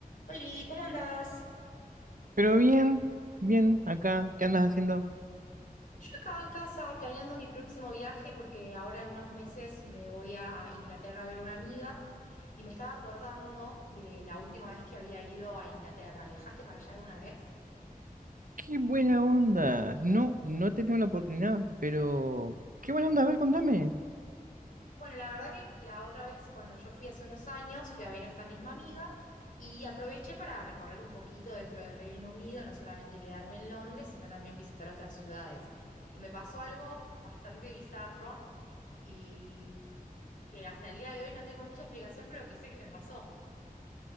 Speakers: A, on the left (about 65°); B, on the right (about 65°).
A: Oli, ¿cómo andás?
B: Pero bien, bien, acá, ¿qué andas haciendo?
A: Yo acá en casa planeando mi próximo viaje porque ahora en unos meses me voy a Inglaterra a ver una amiga y me estaba acordando de la última vez que había ido a Inglaterra. ¿Viajaste para allá alguna vez?
B: ¡Qué buena onda! No, no he tenido la oportunidad, pero... ¡Qué buena onda! A ver, contame.
A: Bueno, la verdad que la otra vez cuando yo fui hace unos años fui a ver a esta misma amiga y aproveché para recorrer un poquito dentro del Reino Unido, no solamente quedarme en Londres, sino también visitar otras ciudades. Y me pasó algo bastante bizarro. y que hasta el día de hoy no tengo mucha explicación, pero que sé que me pasó.